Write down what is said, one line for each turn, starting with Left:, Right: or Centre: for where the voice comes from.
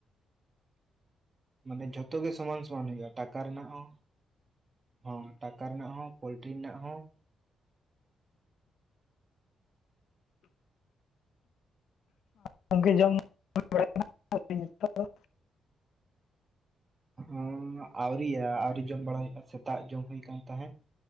Right: ᱢᱟᱱᱮ ᱡᱷᱚᱛᱚ ᱜᱮ ᱥᱚᱢᱟᱱ ᱥᱚᱢᱟᱱ ᱦᱩᱭᱩᱜᱼᱟ ᱴᱟᱠᱟ ᱨᱮᱱᱟᱜ ᱦᱚᱸ ᱦᱚᱸ ᱴᱟᱠᱟ ᱨᱮᱱᱟᱜ ᱦᱚᱸ ᱯᱳᱚᱞᱴᱨᱤ ᱨᱮᱱᱟᱜ ᱦᱚᱸ
Left: ᱜᱚᱢᱠᱮ ᱡᱚᱢ ᱧᱩ ᱵᱟᱲ ᱱᱤᱛᱚᱜ ᱫᱚ?
Right: ᱦᱚ ᱟᱹᱣᱨᱤᱭᱟ ᱟᱹᱣᱨᱤ ᱡᱚᱢ ᱵᱟᱲᱟ ᱦᱩᱭᱩᱜ-ᱟ ᱥᱮᱛᱟᱜ ᱡᱚᱢ ᱦᱩᱭ ᱠᱟᱱᱟᱱ ᱛᱟᱦᱮᱸᱫ